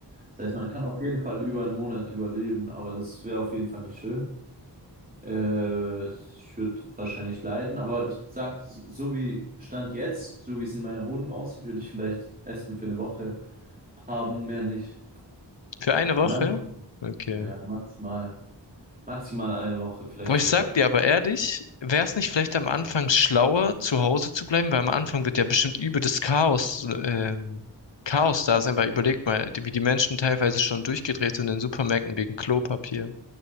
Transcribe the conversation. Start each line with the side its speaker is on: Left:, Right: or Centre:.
Right: Das heißt, man kann auf jeden Fall über einen Monat überleben, aber das wäre auf jeden Fall nicht schön. Äh, ich würde wahrscheinlich leiden, aber ich sag, so wie Stand jetzt, so wie es in meiner Wohnung aussieht, würde ich vielleicht Essen für eine Woche haben, mehr nicht.
Left: Für eine Woche?
Right: Und dann,
Left: Okay.
Right: ja, maximal, maximal eine Woche, vielleicht
Left: Boah,
Right: sogar.
Left: ich sag dir aber ehrlich, wäre es nicht vielleicht am Anfang schlauer, zu Hause zu bleiben? Weil am Anfang wird ja bestimmt übel das Chaos, ähm, Chaos da sein, weil überleg mal, die- wie die Menschen teilweise schon durchgedreht sind in Supermärkten wegen Klopapier.